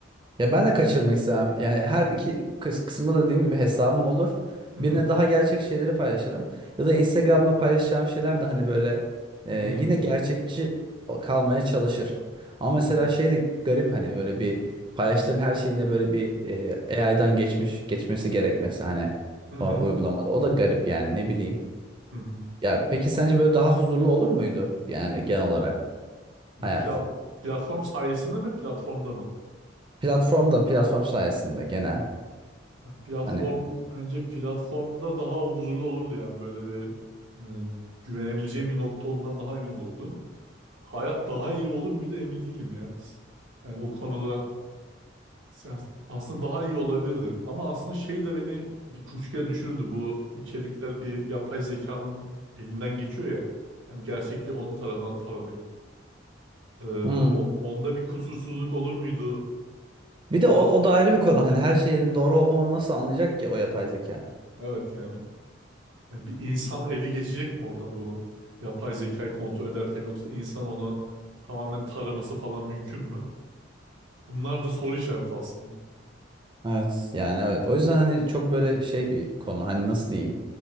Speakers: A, on the right (about 25°); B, on the right (about 90°).
A: Ya ben de kaçırmak istemem. Yani her iki kıs kısımda da dediğim gibi hesabım olur.
B: Hı
A: Birine
B: hı
A: daha gerçek şeyleri paylaşırım. Ya da Instagram'da paylaşacağım şeyler de hani böyle e, yine
B: hı hı
A: gerçekçi o- kalmaya çalışır. Ama mesela
B: hı
A: şey de garip hani böyle bir paylaştığın her şeyinde böyle bir e, AI'dan geçmiş geçmesi gerekmesi hani
B: hı hı.
A: o uygulamada. O da garip yani ne bileyim.
B: hı hı.
A: Ya peki sence böyle daha huzurlu olur muydu yani genel olarak
B: Bu
A: hayat?
B: pla- platform sayesinde mi platformda mı?
A: Platform da platform sayesinde genel
B: Ya platform
A: hani.
B: bence platformda daha huzurlu olurdu yani böyle bir e, güvenebileceğim bir nokta olduğundan daha emin olurdum. Hayat daha iyi olur muydu emin değilim ya. Yani o konuda Ya Aslında daha iyi olabilirdi. Ama aslında şey de beni bir kuşkuya düşürdü. Bu içerikler bir yapay zekanın elinden geçiyor ya. Yani gerçekliği onun tarafından taranıyor. Ee,
A: Hmm.
B: o- onda bir kusursuzluk olur muydu?
A: Bir de
B: Ba-
A: o, o da ayrı bir konu. Hani her şeyin doğru olup olmadığını nasıl anlayacak ki o yapay zeka?
B: evet yani. Yani bir insan eli geçecek mi orada bu yapay zekayı kontrol ederken yoksa insan onu tamamen taraması falan mümkün mü? Bunlar da soru işareti aslında.
A: Evet. Yani evet. O yüzden hani çok böyle şey bir konu. Hani nasıl diyeyim?